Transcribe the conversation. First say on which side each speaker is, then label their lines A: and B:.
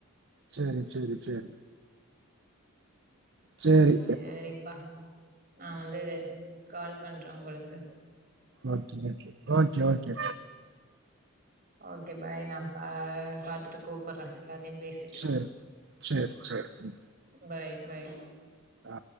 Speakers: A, on the right (about 55°); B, on the right (about 40°).
A: சேரி சேரி சேரி சரி
B: சரிப்பா நா வந்து கால் பண்றே உங்ளுக்கு
A: okay okay okay okay
B: okay bye நா பா பாத்துட்டு கூப்பர்றே எல்லார்டயு பேசிட்
A: சரி சரி சரி ம்.
B: பாய் பாய்
A: ஆ